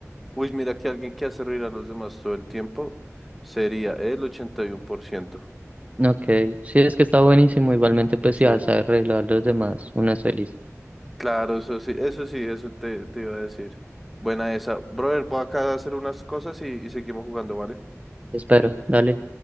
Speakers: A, in the centre; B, on the right.
A: Uy, mira que alguien que hace reír a los demás todo el tiempo sería el 81%.
B: Ok, sí, es que está buenísimo, igualmente, pues
A: Sí,
B: si hace reír a los demás, una es feliz.
A: claro, eso sí, eso sí, eso te, te iba a decir. Buena esa. Brother, voy acá a hacer unas cosas y, y seguimos jugando, ¿vale?
B: Espero, dale.